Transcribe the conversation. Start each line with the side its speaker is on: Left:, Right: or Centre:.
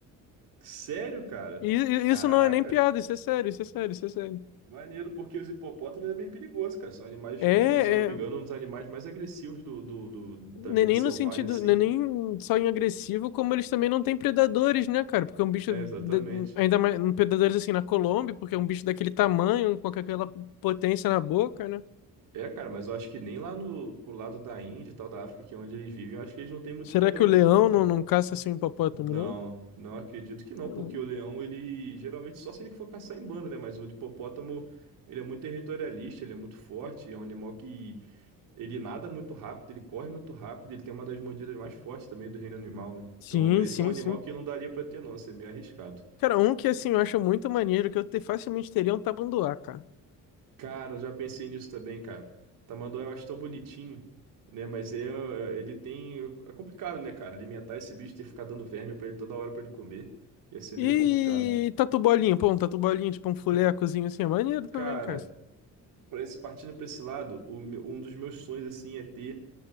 Right: Sério, cara?
Left: E e
Right: Caraca.
Left: isso não é nem piada, isso é sério, isso é sério, isso é sério.
Right: Maneiro, porque os hipopótamos é bem perigoso, cara. São animais,
Left: É,
Right: eu acho que, se eu não me
Left: é,
Right: engano, um dos animais mais agressivos do, do, do- da
Left: não
Right: vida
Left: é nem
Right: selvagem,
Left: no sentido,
Right: assim.
Left: não é nem só em agressivo, como eles também não têm predadores, né, cara? Porque é um bicho,
Right: É,
Left: da-
Right: exatamente.
Left: ainda mais, um predadores assim na Colômbia, porque é um bicho daquele tamanho, com aquela potência na boca, né?
Right: É, cara, mas eu acho que nem lá no, pro lado da Índia e tal, da África, que é onde eles vivem, eu acho que eles não têm muito
Left: Será
Right: predadores,
Left: que o leão
Right: não, cara.
Left: não, não caça assim um hipopótamo,
Right: Não,
Left: não?
Right: não acredito que não,
Left: Sei
Right: porque
Left: lá.
Right: o leão, ele geralmente só se ele for caçar em bando, né? Mas o hipopótamo, ele é muito territorialista, ele é muito forte, é um animal que Ele nada muito rápido, ele corre muito rápido, ele tem uma das mordidas mais fortes também do reino animal, né?
Left: Sim,
Right: Então, esse
Left: sim,
Right: é um animal
Left: sim.
Right: que não daria pra ter, não, isso é meio arriscado.
Left: Cara, um que assim eu acho muito maneiro, que eu te- facilmente teria é um tabanduá cara.
Right: Cara, eu já pensei nisso também, cara. Tamanduá eu acho tão bonitinho, né? Mas é, é, ele tem. É complicado, né, cara? Alimentar esse bicho, ter que ficar dando verme pra ele toda hora pra ele comer. Ia ser meio
Left: E
Right: complicado.
Left: tatu bolinha, pô, um tatu bolinha, tipo um fulecozinho assim, é maneiro
Right: Cara,
Left: também, cara.
Right: pra esse, partindo pra esse lado, o meu- um dos meus sonhos, assim, é ter